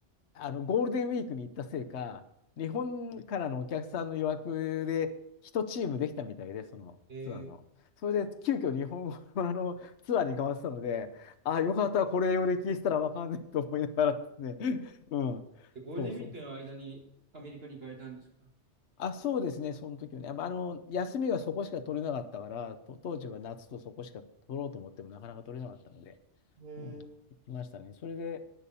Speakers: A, on the left; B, on the right.
A: あの、ゴールデンウィークに行ったせいか、日本からのお客さんの予約で一チームできたみたいで、そのツアーの。
B: えー、
A: それで急遽日本語のあのツアーに変わってたので、ああ、よかった、これ英語で聞いてたらわかんないと思いながらですね。<laughs> うん。
B: で、ゴールデンウィークの間にアメリカに行かれたんですか
A: そうそうそう。あ、そうですね、その時はね。やっぱあの、休みがそこしか取れなかったから、と当時は夏とそこしか取ろうと思ってもなかなか取れなかったので。
B: えー
A: うん、行きましたね。それで、